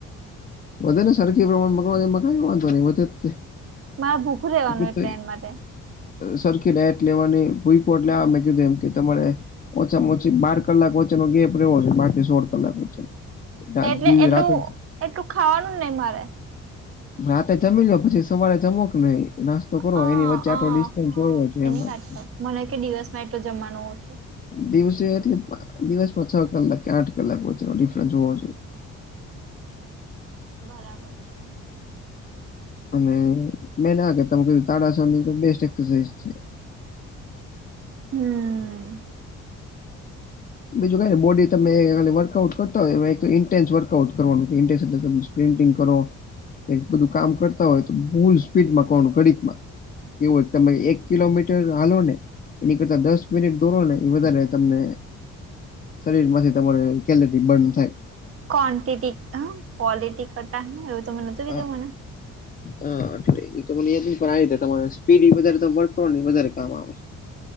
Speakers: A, on the left; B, on the right.
A: વધે ને, સરખી પ્રમાણ માં મકાય વાંધો નહી વધે જ.
B: મારે ભૂખું રહેવાનું,
A: બાકી
B: એટલે
A: તો અ,
B: એના માટે.
A: સરખી લ એટ લેવાની ભૂઈકો એટલે આ મેં કીધું, એમ કે તમારે. ઓછામાં ઓછી બાર કલાક વચ્ચેનો ગેપ રહવો છે, બાર થી સોળ કલાક વચ્ચેનો.
B: એટલે
A: દી
B: એટલું,
A: રાતે
B: એટલું ખાવાનું જ નહી મારે.
A: આતે જમી લયો, પછી સવારે જમો કે ન નાસ્તો. કરો
B: હ,
A: એની વચ્ચે
B: હ,
A: આટલો ડિસ્ટન્સ
B: હ,
A: હોવો જોઈએ
B: એની
A: એમ
B: વાત
A: છે.
B: કરે, મને કે દિવસમાં એટલો જમવાનું હોય.
A: દિવસે એટલે દિવસમાં છ કલાક કે, આઠ કલાક વચ્ચેનો ડિફરન્સ હોવો જોઈએ.
B: બરાબર છે.
A: અને મે આગે ત કીધ તા બેસ્ટ એસરસા છે. <unintelligible>
B: હમ.
A: બીજું કઈ ને, બોડી તમે ખાલી વર્કઆઉટ કરતા હોય, એક ન્ટેન્ વર્આઉટ કરવાનું ઇન્ટેન્સ એટલે. પ્રિન્ટિંગ કરો, એક બધું કામ કરતા હોય તો, ભૂલ સ્પીડમાં કોણ ઘડીક માં. કેવું તમે એક કિલોમીટર હાલો ને. એની કરતા દસ મિનિટ દોરો ને એ વધારે તમને શરીર માંથી તમાર કેલરી બર્ન થાય.
B: ક્ન્ટિટી હ ક્વોલિટી કટા એવું તમે નતું
A: હા
B: કીધું મને.
A: હા એટ એ તો મને યાદ ન પણ આવીતે તમા સ્પીડ વધ વર્ક વધારે કામ આવે.